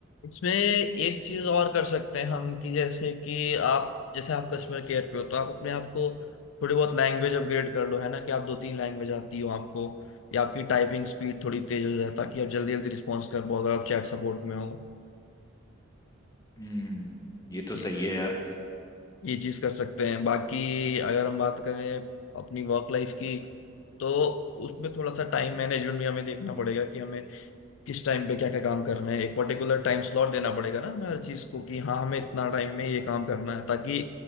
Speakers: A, on the left; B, on the left.
A: इसमें एक चीज और कर सकते हैं हम कि जैसे कि आप जैसे आप कस्टमर केयर पे हो तो आप अपने आप को थोड़ी बहुत लैंग्वेज अपग्रेड कर लो है ना कि आप दो तीन लैंग्वेज आती हो आपको या आपकी टाइपिंग स्पीड थोड़ी तेज हो जाए ताकि आप जल्दी जल्दी रिस्पॉन्स कर पाओ अगर आप चैट सपोर्ट में हो
B: हम्म ये तो
A: ये
B: सही है यार
A: ये चीज कर सकते हैं बाकी अगर हम बात करें अपनी वर्क लाइफ की तो उसमें थोड़ा सा टाइम मैनेजमेंट भी हमें देखना पड़ेगा कि हमें किस टाइम पे क्या क्या काम करना है एक पर्टिकुलर टाइम स्लॉट देना पड़ेगा ना हमें हर चीज को कि हाँ हमें इतना टाइम में ये काम करना है ताकि